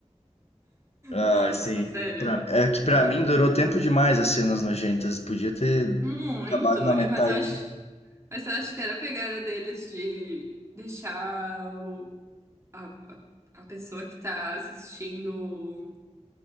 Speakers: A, on the left; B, on the right.
A: Ah,
B: Nossa,
A: sim.
B: sério.
A: Pra- é que
B: E-
A: pra mim
B: e-
A: durou tempo demais as cenas nojentas. Podia ter
B: Muito.
A: acabado na metade.
B: Mas eu acho. Mas eu acho que era a pegada deles de deixar o- a, a, a pessoa que tá assistindo.